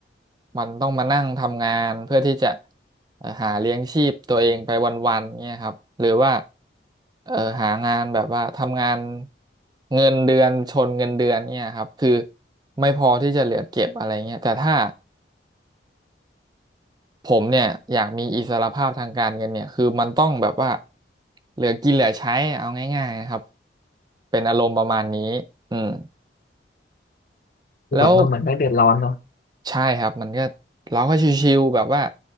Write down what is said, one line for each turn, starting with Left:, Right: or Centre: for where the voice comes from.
Right: มันต้องมานั่งทำงานเพื่อที่จะเอ่อหาเลี้ยงชีพตัวเองไปวันๆเนี่ยครับหรือว่าเอ่อหางานแบบว่าทำงานเงินเดือนชนเงินเดือนเนี่ยครับคือไม่พอที่จะเหลือเก็บอะไรเงี้ยแต่ถ้าผมเนี่ยอยากมีอิสรภาพทางการเงินเนี่ยคือมันต้องแบบว่าเหลือกินเหลือใช้เอาง่ายๆครับเป็นอารมณ์ประมาณนี้อืม
Left: คือแบบมันเหมือนได้เดือดร้อนเนาะ
Right: แล้ว ใช่ครับมันก็เราก็ชิวๆแบบว่า